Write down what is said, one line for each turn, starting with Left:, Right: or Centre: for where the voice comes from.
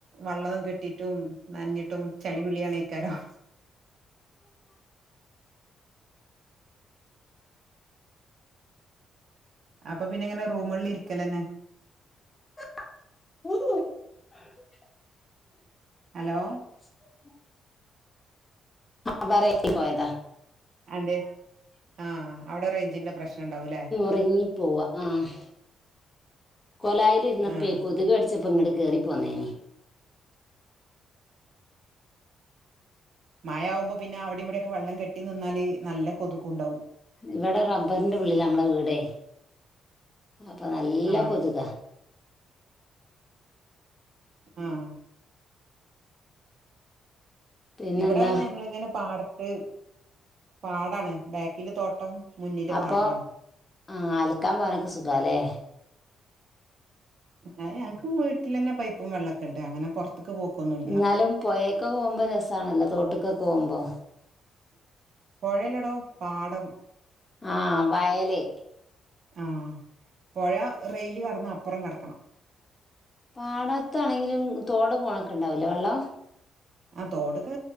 Right: വള്ളം കെട്ടിട്ടും നനനഞ്ഞിട്ടും ചളി പിളി പിളി. അയ്ക്കാരം അപ്പൊ പിന്നെങ്ങനെ റൂമുകളിൽ ഇരിക്കലന്നെ
Left: <inaudible>
Right: ഹലോ
Left: <inaudible> ആ <unintelligible> പോയതാ.
Right: അഅന്തെ ആഹ് അവ്ടെ റേഞ്ചിന്റെ പ്രശ്നം ഇണ്ടാവൂല്ലേ
Left: കൊയങ്ങി പോവാ ആഹ് <inaudible> കൊലായിൽ ഇര്ന്നപ്പെകൊതുക്
Right: ആഹ്
Left: കടിച്ചപ്പോ ഇങ്ങട് കേറി പോന്നേനീ
Right: മഴ ആവുമ്പോ പിന്നെ അവടിം ഇവിടെക്കെ വെള്ളം കെട്ടി നിന്നാല് നല്ല കൊതുകുണ്ടാവും
Left: ഇവടെ റബ്ബർന്റെ ഉള്ളിലാ നമ്മളെ വീടെ അപ്പ നല്ല
Right: ആഹ്
Left: കൊതുകാ
Right: ആഹ്
Left: പിന്നെന്താ
Right: ഇബടെ ഞങ്ങളിങ്ങനെ പാടത്ത് പാടാണ് ബാക്കില് തോട്ടം മുന്നില്
Left: അപ്പൊ
Right: പാടവാണ്
Left: ആഹ് അൽക്കാൻ പോകാനൊക്കെ സുഖാല്ലേ
Right: അയ് നങ്ങക്ക് വീട്ടിലന്നെ പൈപ്പും വെള്ളെക്കെ ഇണ്ട് അങ്ങനെ പൊർ ത്ക്ക് പോക്കാെന്നു
Left: എന്നാലും പൊഴെക്കൊക്കെ പോവുമ്പോ രസാണല്ലോ തോട്ട്ക്കൊക്കെ പോവുമ്പോ
Right: പൊഴല്ലടോ പാടം
Left: ആഹ് വയല്
Right: ആഹ് പൊഴ റെയില് കടന്ന് അപ്പറം കെടക്കണം
Left: പാടത്താണെങ്കിലും തോട് പോണൊക്കെ ഇണ്ടാവൂലേ വെള്ളം
Right: ആഹ് തോടൊക്കെ